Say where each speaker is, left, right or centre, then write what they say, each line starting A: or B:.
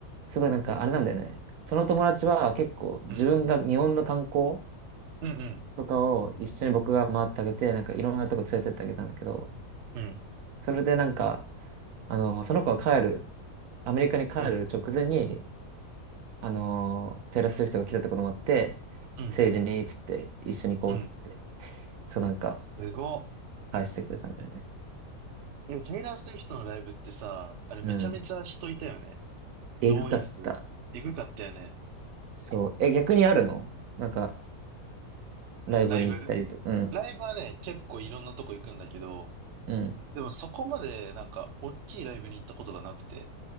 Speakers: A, on the right (about 80°); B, on the right (about 65°).
A: すごいなんかあれなんだよね。その友達は結構自分が日本の観光
B: うん。うんうん。
A: とかを一緒に僕が回ってあげて、なんかいろんなとこ連れてってあげたんだけど、
B: うん。
A: それでなんか、あの、その子が帰る、アメリカに帰る直前に、
B: うん。
A: あのー、テイラー・スウィフトが来たってこともあって、
B: うん。
A: 政治に、つって、一緒に行こう、
B: うん。
A: つって、そうなんか、
B: すごっ。
A: 返してくれたのよね。
B: え、テイラー・スウィフトのライブってさ、あれめちゃめちゃ人いたよね。
A: うん。
B: 動員数。
A: えぐかった。
B: えぐかったよね。
A: そう。え、逆にあるのなんか、ライブに行ったりと、
B: ライブ
A: うん、
B: ライブはね、結構いろんなとこ行くんだけど、
A: うん。
B: でもそこまでなんか、おっきいライブに行ったことがなくて。